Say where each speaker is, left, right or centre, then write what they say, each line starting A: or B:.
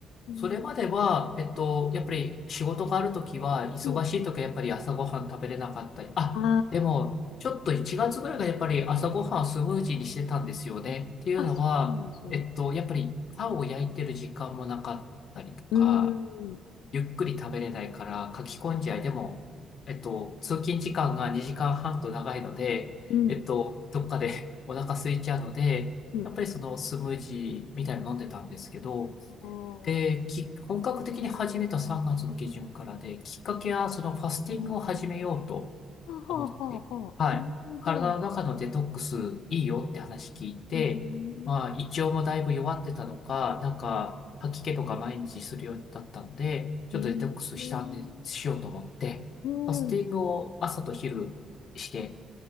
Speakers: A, on the left; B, on the left.
A: うん。
B: それまでは、えっと、やっぱり仕事があるときは、忙しいときはやっぱり朝ごはん食べれなかったり、
A: うん
B: あ、
A: あ
B: でも、ちょっと1月ぐらいがやっぱり朝ごはんスムージーにしてたんですよね。っていうのは、
A: あ、あそうなんですね。
B: えっと、やっぱりパンを焼いてる時間もなかったりとか、
A: うーん。
B: ゆっくり食べれないから、書き込んじゃいでも、えっと、通勤時間が2時間半と長いので、
A: うん。
B: えっと、どっかで <laughs> お腹空いちゃうので、
A: うん。
B: やっぱりそのスムージーみたいなの飲んでたんですけど、
A: あー
B: で、き、本格的に始めた3月の下旬からで、きっかけはそのファスティングを始めようと
A: あ。はあ、
B: 思って、
A: はあ、はあ。
B: はい。
A: なるほど。
B: 体の中のデトックスいいよって話聞いて、
A: うーん。
B: まあ、胃腸もだいぶ弱ってたのか、なんか、吐き気とか毎日するようだったんで、ちょっとデトックスしたんで、
A: えー、
B: しようと思って、
A: うん。
B: ファスティングを朝と昼して、